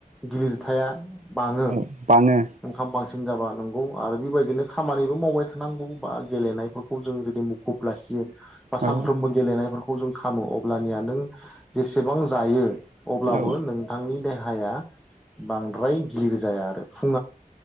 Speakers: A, in the centre; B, on the right (about 55°).
A: गिलिरथाया बाङो
B: औ बाङो।
A: इनकाम बांसिन जाबा नंगौ आरो बेबायदिनो खामानिबो मावबाय थानांगौ बा गेलेनायफोरखौ जों जुदि मुखुब लाखियो बा
B: औ
A: सानफ्रोमबो गेलेनायफोर खौ जों खामो अब्लानिया नों जेसेबां जायो अब्लाबो
B: औ
A: नोंथांनि देहा या बांद्राय गिलिर जाया आरो फु औ